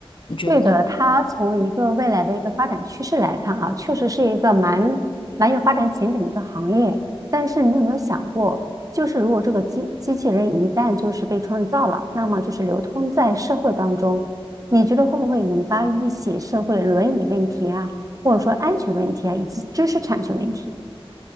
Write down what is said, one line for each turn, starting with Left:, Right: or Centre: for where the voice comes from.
Left: 你觉得呢？
Right: 对的，它从一个未来的一个发展趋势来看啊，确实是一个蛮蛮有发展前景的一个行业。但是你有没有想过，就是如果这个机机器人一旦就是被创造了，那么就是流通在社会当中，你觉得会不会引发一些社会伦理问题啊，或者说安全问题啊，以及知识产权问题？